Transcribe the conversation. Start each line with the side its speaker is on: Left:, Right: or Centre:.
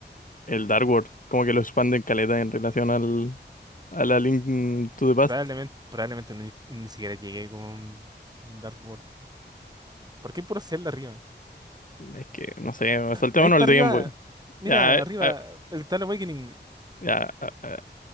Left: el Dark World. Como que lo expanden caleta en relación al, a la Link to the Past.
Right: Probablemente, probablemente no, ni, ni siquiera llegué como en en Dark World. ¿Por qué puro Zelda arriba?
Left: Es que, no sé, saltémonos
Right: Ahí está
Left: el
Right: arriba,
Left: de Game Boy.
Right: mira,
Left: Ya, eh,
Right: arriba,
Left: eh,
Right: el Tal Awakening.
Left: ya, eh, eh,